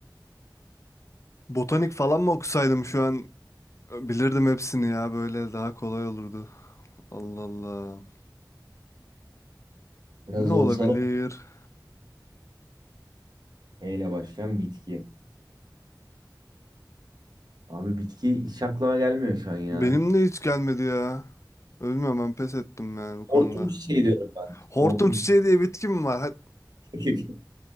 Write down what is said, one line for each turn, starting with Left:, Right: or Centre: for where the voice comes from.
Left: Botanik falan mı okusaydım şu an bilirdim hepsini ya böyle daha kolay olurdu. Allah Allah.
Right: Biraz
Left: Ne
Right: zorsal
Left: olabilir?
Right: oldu. E ile başlayan bitki. Abi bitki hiç aklıma gelmiyor şu an ya.
Left: Benim de hiç gelmedi ya. Bilmiyorum ben pes ettim yani bu
Right: Hortum
Left: konuda.
Right: çiçeği diyorum ben.
Left: Hortum
Right: Hortum
Left: çiçeği diye bitki mi var?
Right: çiçeği.